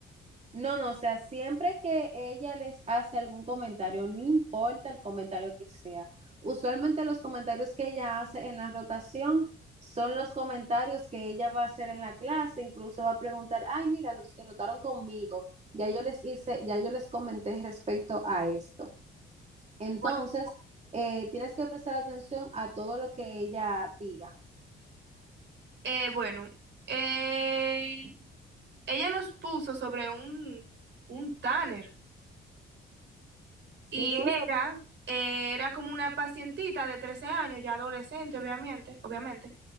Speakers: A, on the right; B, on the right.
A: No, no, o sea, siempre que ella les hace algún comentario, no importa el comentario que sea. Usualmente los comentarios que ella hace en la rotación son los comentarios que ella va a hacer en la clase, incluso va a preguntar, ay, mira, los que rotaron conmigo, ya yo les hice, ya yo les comenté respecto a esto. Entonces,
B: Bueno.
A: eh, tienes que prestar atención a todo lo que ella diga.
B: Eh, bueno, eh, ella nos puso sobre un, un Tanner
A: Sí,
B: y
A: sí,
B: era, eh, era como una pacientita de 13 años, ya adolescente, obviamente, obviamente,